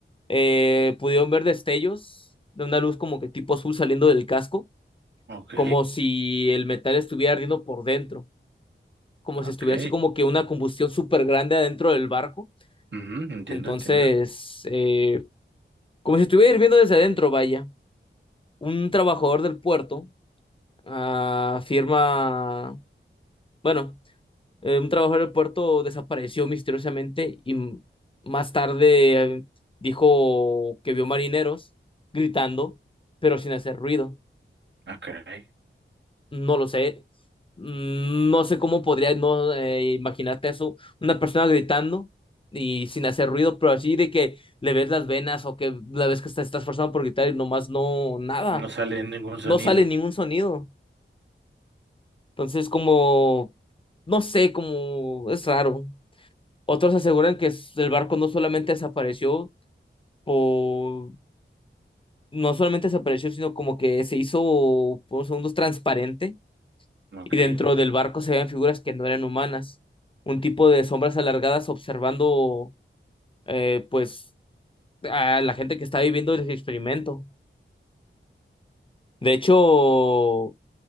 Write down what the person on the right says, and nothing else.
Ok,
ok.
Ujú, entiendo,
entiendo.
Ah, caray.
No sale ningún sonido.
Ok,